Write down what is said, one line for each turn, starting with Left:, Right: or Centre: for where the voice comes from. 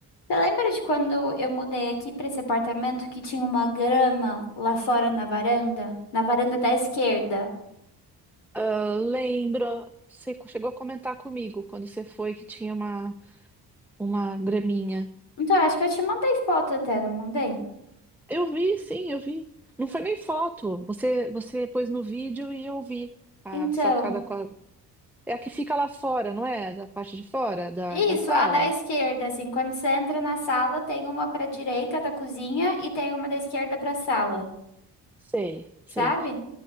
Left: Você lembra de quando eu mudei aqui pra esse apartamento que tinha uma grama lá fora na varanda? Na varanda da esquerda.
Centre: Ah, lembro, você chegou a comentar comigo quando você foi que tinha uma, uma graminha.
Left: Então, acho que eu te mandei foto até, não mandei?
Centre: Eu vi, sim, eu vi. Não foi nem foto. Você, você pôs no vídeo e eu vi a
Left: Então,
Centre: sacada com a... É a que fica lá fora, não é? Da parte de fora da,
Left: isso,
Centre: da sala?
Left: a da esquerda, assim, quando você entra na sala, tem uma pra direita da cozinha e tem uma da esquerda pra sala,
Centre: Sei, sei,
Left: sabe?